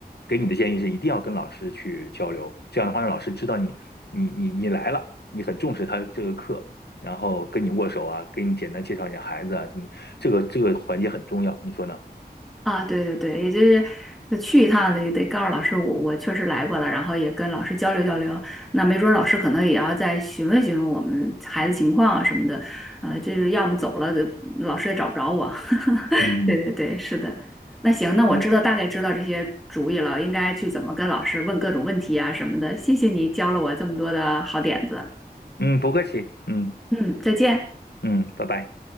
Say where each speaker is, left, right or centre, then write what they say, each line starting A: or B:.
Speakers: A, on the left; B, in the centre.
A: 给你的建议是一定要跟老师去交流，这样的话让老师知道你你你你来了，你很重视他这个课，然后跟你握手啊，给你简单介绍一下孩子啊什么，这个这个环节很重要，你说呢？
B: 啊，对对对，也就是就去一趟得得告诉老师我，我确实来过了，然后也跟老师交流交流。那没准儿老师可能也要再询问询问我们孩子情况啊什么的，呃，就是要么走了，老师也找不着我。<laughs>
A: 嗯
B: 对对对，是的。那行，那我知道大概知道这些主意了，
A: 嗯。
B: 应该去怎么跟老师问各种问题啊什么的。谢谢你教了我这么多的好点子。
A: 嗯，不客气，嗯
B: 嗯，再见。
A: 嗯，拜拜。